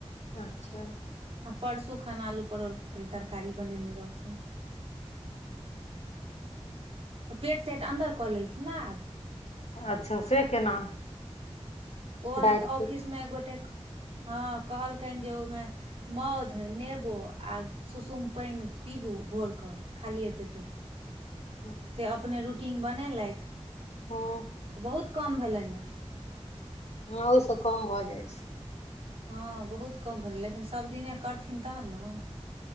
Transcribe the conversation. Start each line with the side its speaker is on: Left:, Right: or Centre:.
Left: अच्छा
Right: आ परसू खन आलू परोर के खाली तरकारी बनेने रहथिन तऽ पेट तेट अन्दर कऽ लेलखिन ने आब
Left: अच्छा से केना
Right: ओ अहाँके
Left: डाइट
Right: ऑफिस मे एक गोटेक हँ कहलकनि जे ओहिमे मौध नेबो आ सुसुम पानि पीबू भोर क खालिए पेटे
Left: हू
Right: से अपने रूटींग बनेलथि
Left: हँ
Right: बहुत कम भेलनि हे
Left: हँ ओहिसँ कम भऽ जाइ छै
Right: हँ बहुत कम भेलै लेकिन सब दिने करथिन तहन न